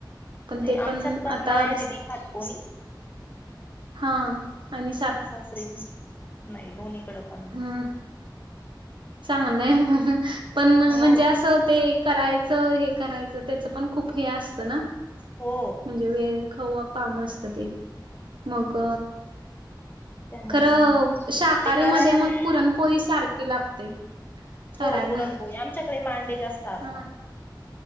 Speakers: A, on the right (about 85°); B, on the left (about 25°).
A: पण
B: नाही
A: ते पण
B: आमच्यात
A: आता
B: माहेरी नाही खात कोणी
A: हा आणि
B: सासरी नाही नाही दोन्ही कडे पण नाही
A: हम्म. चांगलंय पण
B: हो
A: म्हणजे असं ते करायचं हे करायचं त्याच पण खूप हे असतं ना
B: हो
A: म्हणजे वेळ खव काम असत ते मग
B: त्यामुळे
A: खरं शाकाहारीमध्ये
B: ते करायला
A: मग
B: नाही
A: पुरणपोळी सारखी लागते करायला
B: हो पुरणपोळी आमच्याकडे मांडे जास्त असतात
A: हा